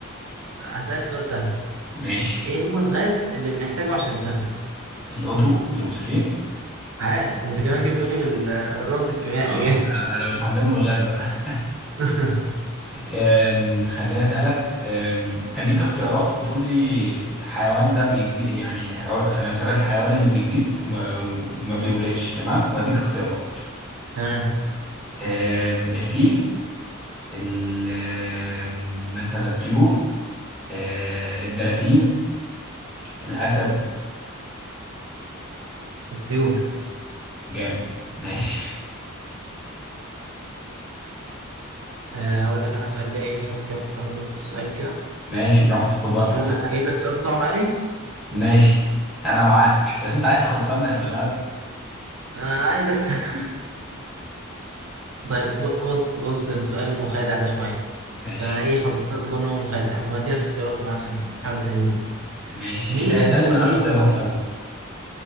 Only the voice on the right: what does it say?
هسألك سؤال سهل
ايه هو الغاز اللي بنحتاجه عشان نتنفس
سهل.
عاش انت كمان جبت لي بال- بالرمز الكيميائي
جامد
<laughs>
تمام
الطيور
آه هقول لك انا سؤال بقى ايه بحاول كده افكر لك بس في سؤال كده
اجيب
لك أجيب لك سؤال صعب عادي
انا عايز اكسب <laughs> طيب ب- بص بص السؤال المخادع ده شويه
بس انا ايه حذرت كون هو مخادع وهدي لك اختيارات كمان عشان احاول اسهله لك
مين
هو
اول